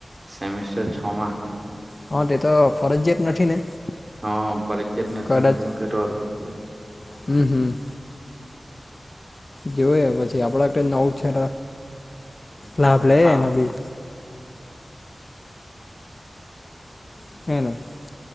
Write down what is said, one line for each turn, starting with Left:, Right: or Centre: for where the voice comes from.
Right: સેમિસ્ટર છમા.
Left: હા એ તો ફરજત નથી ને.
Right: હા <unintelligible> નથી
Left: કદાચ
Right: એમ <unintelligible>
Left: હમ હમ. જોઈ પછી આપડા કે નવ છે,
Right: હા
Left: લાભ લે એનો બી. <unintelligible>